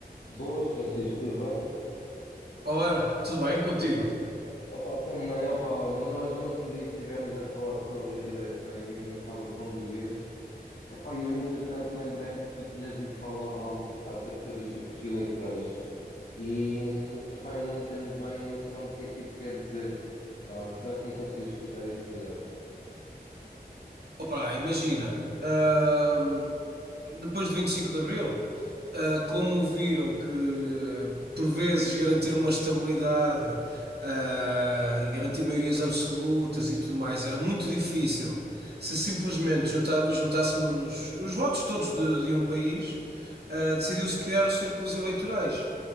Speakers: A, on the left; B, on the right.
A: Boas, Francisco, tudo bem?
B: Olá, tudo bem contigo?
A: Opa, também, opa, olha, nós no outro dia estivemos a falar sobre as eleições e como eu estava com dúvidas. Epá, eu entretanto lembrei-me que tu tinhas-me falado algo acerca dos círculos eleitorais e, hum, epá, eu não tenho bem a noção do que é que isso quer dizer. Pá, será que me conseguias explicar isso melhor?
B: Opa, imagina, ahm, depois do 25 de Abril, ah, como viram que por vezes garantir uma estabilidade, ah, e garantir maiorias absolutas e tudo mais era muito difícil se simplesmente junta- juntássemos os votos todos de, de um país, ah, decidiu-se criar os círculos eleitorais